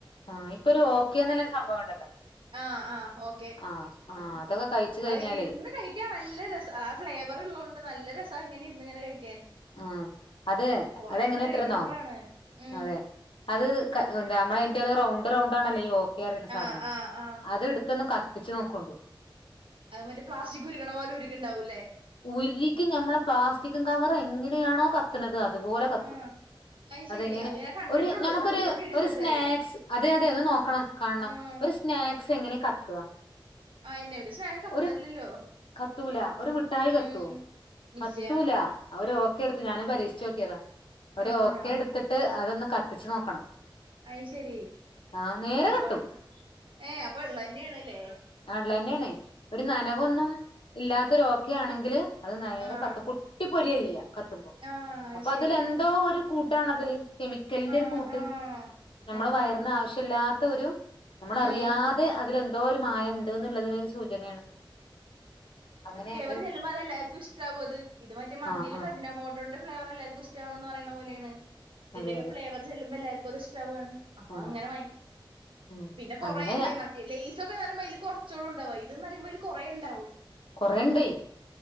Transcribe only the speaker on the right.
ആ ആ ഓക്കെ
അത്
അത് ഇരുന്ന് കഴിക്കാൻ നല്ല രസാ ആ ഫ്ലേവർ ഉള്ളതോണ്ട് നല്ല രസാ ഇങ്ങനെ ങ്ങനെ കഴി
കൊറേയൊക്കെ
കഴിക്കുമ്പളാണ് ഉം
ആഹ് ആഹ് ആഹ്
അത് മറ്റേ പ്ലാസ്റ്റിക്ക് ഉരുകണ പോലെ ഉരുകുണ്ടാവും
ആഹ്
ശെരി
ഞാൻ കണ്ടിട്ടുള്ളൂ
കത്തിച്ച് നോക്കിയിട്ടില്ല
ഇതുവരെ
ആഹ്
അയന്നെ ഒരു സ്നാക്ക് കത്തല്ലല്ലോ
ഉം
ഇല്ല
ആഹ്
അയ് ശരി
അപ്പൊ
ഏ അപ്പൊ ഉള്ളത് തന്നെ ആണല്ലേ
ആഹ്
ആഹ് അയ്
ശരി
ആഹ്
ആഹ്
ആഹ്
ഉം
ഇത് ചെല്ലുമ്പോ അതെല്ലാർക്കും ഇഷ്ട്ടാവും അത് ഇത് മറ്റേ മന്തിലൊക്കെ
അജിന മോട്ടോ ഫ്ലെവറ് എല്ലാർക്കും ഇഷ്ട്ടാവാണന്ന് പറയണ പോലെയാണ് ഇതിന്റെയൊക്കെ
ഫ്ലേവർ ചെല്ലുമ്പോ എല്ലാരും അത് ഇഷ്ടാവാണ് അപ്പൊ
അങ്ങനെ
പിന്നെ കൊറേയില്ലേ
മറ്റേ ലയി സൊക്കെ വരുമ്പോ അതില് കുറച്ച് <unintelligible> ഇതെന്ന് പറയുമ്പോ അതില് കൊറേണ്ടാവും